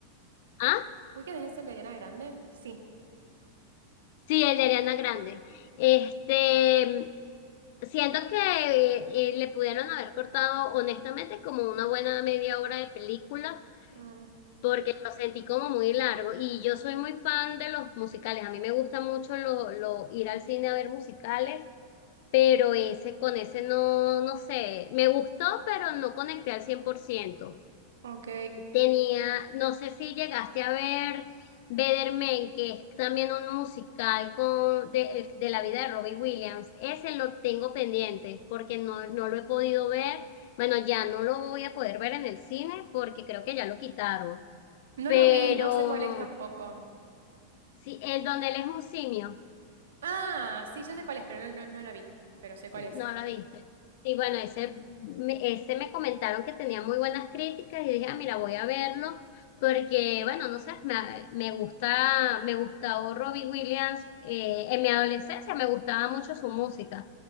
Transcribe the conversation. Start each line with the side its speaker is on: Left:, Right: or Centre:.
Left: ¿Ah?
Right: ¿Wicked es el de Ariana Grande? Sí.
Left: Sí, el de Ariana Grande. Este, siento que eh, le pudieron haber cortado honestamente como una buena media hora de película
Right: Mm,
Left: porque lo sentí como muy largo y yo soy muy fan de los musicales. A mí me gusta mucho lo, lo, ir al cine a ver musicales pero ese, con ese no, no sé, me gustó, pero no conecté al cien por ciento
Right: ok.
Left: Tenía, no sé si llegaste a ver Better que es también un musical con, de, de la vida de Robbie Williams. Ese lo tengo pendiente porque no, no lo he podido ver. Bueno, ya no lo voy a poder ver en el cine porque creo que ya lo quitaron.
Right: No
Left: Pero
Right: lo vi, no sé cuál es tampoco.
Left: sí, el donde él es un simio.
Right: Ah, sí, ya sé cuál es, pero no, no, no la vi. Pero sé cuál
Left: No
Right: es.
Left: la viste. Y bueno, ese me, ese me comentaron que tenía muy buenas críticas y dije, ah, mira, voy a verlo porque, bueno, no sé, me, me gusta, me gustó Robbie Williams eh, en mi adolescencia, me gustaba mucho su música.